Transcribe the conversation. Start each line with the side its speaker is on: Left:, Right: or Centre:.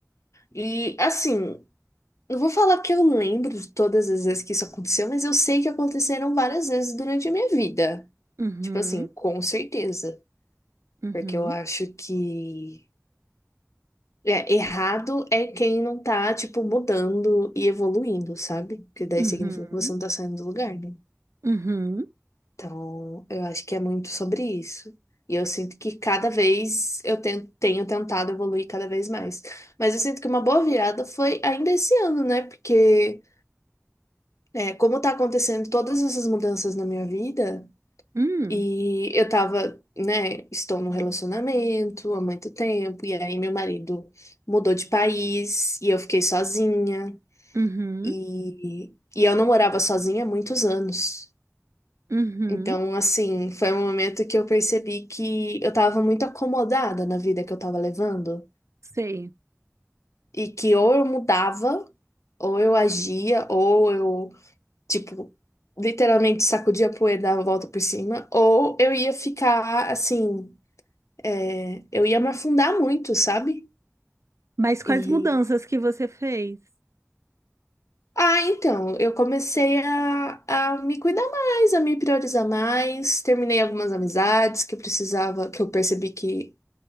Left: E assim, não vou falar que eu lembro de todas as vezes que isso aconteceu, mas eu sei que aconteceram várias vezes durante a minha vida.
Right: Uhum,
Left: Tipo assim, com certeza.
Right: uhum,
Left: Porque eu acho que é, errado é quem não tá, tipo, mudando e evoluindo, sabe? Porque daí
Right: uhum,
Left: significa que você não tá saindo do lugar, né?
Right: uhum,
Left: Então, eu acho que é muito sobre isso. E eu sinto que cada vez eu ten- tenho tentado evoluir cada vez mais. Mas eu sinto que uma boa virada foi ainda esse ano, né? Porque, é, como tá acontecendo todas essas mudanças na minha vida,
Right: uhum,
Left: e eu tava, né, estou num relacionamento há muito tempo, e aí meu marido mudou de país, e eu fiquei sozinha,
Right: uhum,
Left: e, e eu não morava sozinha há muitos anos.
Right: uhum,
Left: Então, assim, foi um momento que eu percebi que eu tava muito acomodada na vida que eu tava levando
Right: sei.
Left: e que ou eu mudava, ou eu agia, ou eu, tipo, literalmente sacudia a poeira, dava a volta por cima, ou eu ia ficar, assim, é, eu ia me afundar muito, sabe?
Right: Mas quais
Left: E.
Right: mudanças que você fez?
Left: Ah, então, eu comecei a, a me cuidar mais, a me priorizar mais, terminei algumas amizades que eu precisava, que eu percebi que